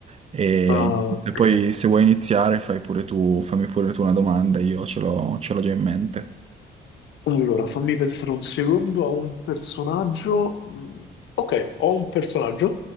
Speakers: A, on the right; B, on the left.
A: e,
B: Ah,
A: niente,
B: ok.
A: poi se vuoi iniziare fai pure tu, fammi pure tu una domanda, io ce l'ho ce l'ho già in mente.
B: Allora, fammi pensare un secondo a un personaggio. Mm, Ok, ho un personaggio